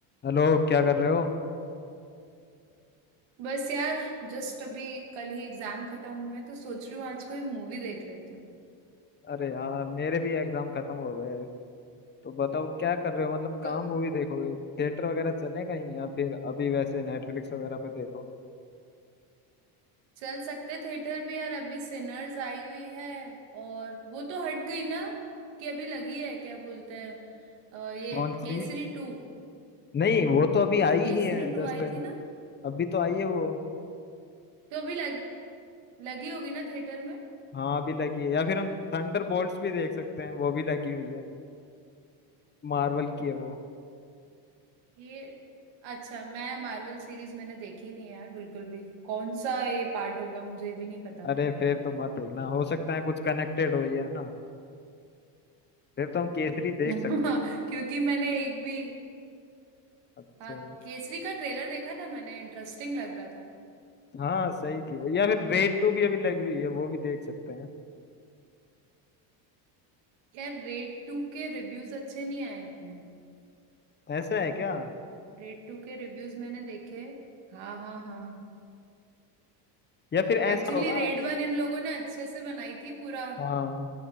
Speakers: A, on the left; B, on the right.
A: हेलो क्या कर रहे हो
B: बस यार जस्ट अभी कल ही एग्जाम खत्म हुए तो सोच रही हूँ आज कोई मूवी देख लेती हूँ
A: अरे यार मेरे भी एग्जाम खत्म हो गए तो बताओ क्या कर रहे हो मतलब
B: क-
A: कहाँ मूवी देखोगे थिएटर वगैरह चले कहीं या फिर अभी वैसे नेटफ्लिक्स वगैरह पे देखोगे
B: चल सकते थिएटर भी यार अभी सिनर्स आई हुई है और वो तो हट गई ना कि अभी लगी है क्या बोलते हैं अ, ये
A: कौन
B: केसरी
A: सी
B: टू
A: नहीं वो तो अभी आई
B: केसरी
A: ही है जस्ट
B: टू आई थी ना
A: अभी तो आई है वो
B: तो अभी लग लगी होगी ना थिएटर में
A: हाँ अभी लगी है या फिर हम थंडर भी देख सकते हैं वो भी लगी हुई है मार्वल की है वो
B: ये अच्छा मैं मार्वल सीरीज मैंने देखी नहीं है यार बिल्कुल भी कौन सा ये पार्ट होगा मुझे भी नहीं पता
A: अरे फिर तो मत देखना हो सकता है कुछ कनेक्टेड हो या ना फिर तो हम केसरी देख
B: <laughs>
A: सकते हैं
B: क्योंकि मैंने एक भी
A: अच्छा
B: हाँ केसरी का ट्रेलर देखा था मैंने इंटरेस्टिंग लग रहा था
A: हाँ सही थी वो या फिर रेड टू भी अभी लगी हुई है वो भी देख सकते हैं
B: यार रेड टू के रिव्यूज अच्छे नहीं आए इतने
A: ऐसा है क्या
B: रेड टू के रिव्यूज मैंने देखे हाँ हाँ हाँ
A: या फिर ऐसा
B: एक्चुअली
A: होगा
B: रेड वन इन लोगों ने अच्छे से बनाई थी पूरा
A: हाँ